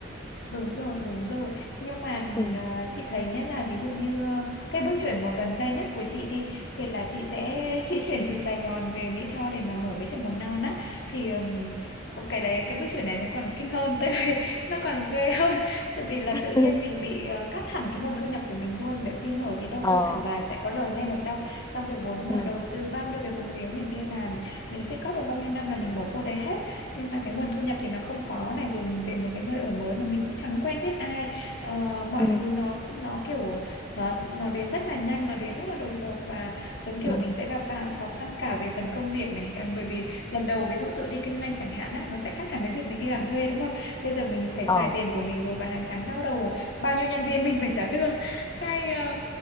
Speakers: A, on the left; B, on the left.
A: Đúng rồi, đúng rồi. Nhưng mà ừm,
B: Ừ.
A: ờ, chị thấy nhất là ví dụ như ờ, cái bước chuyển mà gần đây nhất của chị đi thì là chị sẽ <laughs> chị chuyển từ Sài Gòn về Mỹ Tho để mà mở cái trường mầm non á thì ừm, ờ, cái đấy cái bước chuyển này thì còn kinh hơn tại vì <laughs> nó còn ghê hơn tại vì là
B: Ừ.
A: tự nhiên
B: <laughs>
A: mình bị ờ, cắt hẳn cái nguồn thu nhập của mình luôn bởi đi mở thì đâu
B: ờ
A: có phải là sẽ có lời ngay được đâu. Xong cái vốn mà
B: ừ.
A: đầu tư bao nhiêu cái vốn liếng mình đi làm, mình tích cóp được bao nhiêu năm là mình bỏ vô đấy hết nhưng mà cái nguồn thu nhập thì nó không có này rồi mình về một cái nơi ở mới mà mình cũng chẳng quen biết ai Ờ, mọi
B: ừ
A: thứ nó nó kiểu nó nó đến rất là nhanh nó đến rất là đột ngột và giống kiểu
B: ừ
A: mình sẽ gặp cả khó khăn cả về phần công việc này Ờ, bởi vì lần đầu ví dụ tự đi kinh doanh chẳng hạn á nó sẽ khác hẳn với việc mình đi làm thuê đúng không bây giờ mình phải xài
B: ờ
A: tiền của mình rồi và hàng tháng đau đầu bao nhiêu nhân viên <laughs> mình phải trả lương cái ờ,